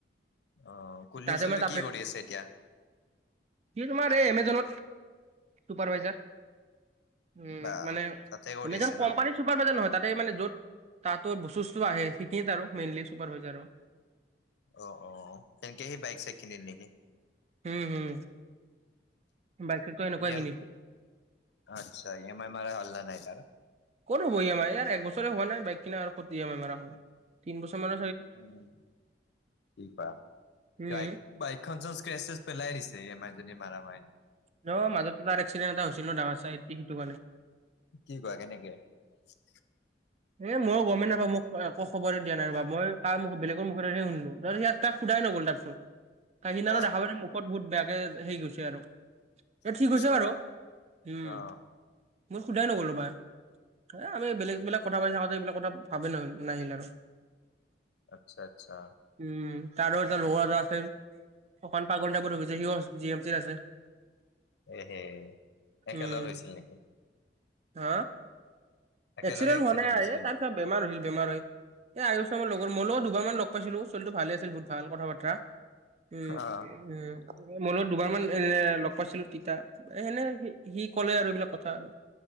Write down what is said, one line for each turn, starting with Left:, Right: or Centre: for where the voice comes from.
Left: অ কুলদীপ
Right: তাতে
Left: চলিটো
Right: মানে
Left: কি কৰি আছে এতিয়া?
Right: কি তোমাৰ এই এমেজনত চুপাৰভাইজাৰ উম
Left: বা
Right: মানে
Left: তাতে কৰি
Right: এমেযন
Left: আছে
Right: কোম্পানী
Left: ন
Right: চুপাৰ ভাইজাৰ নহয় তাতে মানে য'ত তাতো বস্তুটো আহে সেইখিনিত আৰু মেইনলি চুপাৰ ভাইজাৰ আৰু <inaudible>
Left: অ অ সেনকে সি বাইক চাইক কিনিল নেকি।
Right: হম হম বাইক চাইকটো এনেকুৱাই
Left: ই এম
Right: কিনিলো
Left: আচ্ছা, ই এম আই মাৰ হল নে নাই তাৰ।
Right: কৰ হব ই এম আই ইয়াৰ আৰু এক বছৰে হোৱা নাই বাইক কিনা আৰু কত ই এম আই মাৰ হব। তিন বছৰ মান
Left: উম, অ, <unintelligible>
Right: উম
Left: বাইকখন চোন স্ক্ৰেচেছ পেলাই দিছে ই এম ই যদি মাৰা হোৱানাই।
Right: ন মাজত কিবা এক্সিডেণ্ট এটা হৈছিল ন ডাঙৰ চাই এ সেইটো কাৰণে।
Left: কি কৰা কেনেকে। <inaudible>
Right: এ মই গমেই নাপাও মোক একো খবৰ দিয়া নাই ৰবা মই কাৰ মোক বেলেগ, মুখে শুনিলোঁ। তাক সোধাই নগল তাৰ পিছত, সিদিনা
Left: অ
Right: দেখা পাইছে মোক। ত বহুত বেয়াকে হেৰি গৈছে আৰু এ ঠিক
Left: কি
Right: হৈছে
Left: কোৱা
Right: বাৰু উম।
Left: অ
Right: মই সোধাই নগল ৰবা এ আমি বেলেগ বিলাগ কথা পাতি থাকোতে এইবিলাক কথা ভাবেই নহ নাহিল আৰু
Left: আচ্ছা আচ্ছা।
Right: উম তাৰো এটা লগৰ এটা আচিল অকন পাগল টাইপৰ হব যে হিও জি এম চিত আছে।
Left: এহে একেলত
Right: উম
Left: হৈছিল নেকি।
Right: হা,
Left: একেলগে
Right: এক্সিডেন্ট
Left: এক্সিডেণ্ট
Right: হোৱা নাই
Left: হৈছিল
Right: এ তাৰ কিবা বেমাৰ হৈছিল বেমাৰ হৈ এই আয়ুসামৰ লগত মোৰ লগত দুবাৰমান লগ পাইছিলোঁ ছলটো ভালে আছিল বহুত ভাল কথা বতৰা। উম
Left: অ
Right: উম মনত দুবাৰ মান এ লগ পাইছিলো। তিতা সেনে সি ক'লে আৰু এইবিলাক কথা আৰু